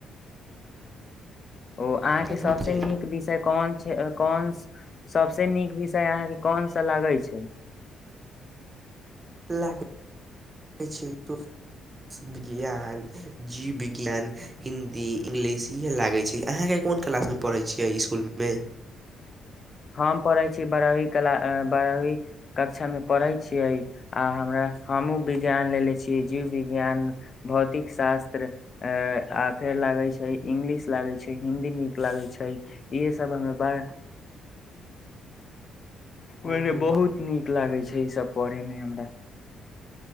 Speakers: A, on the left; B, on the right.
A: ओ अहाँके
B: छी
A: सबसे नीक विषय कोन छै कोन सबसे नीक विषय अहाँके। कोन सा लागै छै
B: लागैै छै त विज्ञान जीव विज्ञान हिन्दी इंग्लिश इएह लागै छै अहाँके कोन क्लासमे पढ़ै छियै इसकुलमे
A: हम पढ़ै छीियै बारहावी कला बारहावी कक्षामे पढ़ै छियै आ हमरा हमहूँ विज्ञान लेे छियै जीव विज्ञान। भौतिक शास्त्र आ फेर लागै छै इंग्लिश लागै छै हिंन्दी नीक लागै छै इएहसभ हमे बड़।
B: हूँ,
A: ओझल बहुत नीक लागैत छै ईसभ पढ़यमे हमरा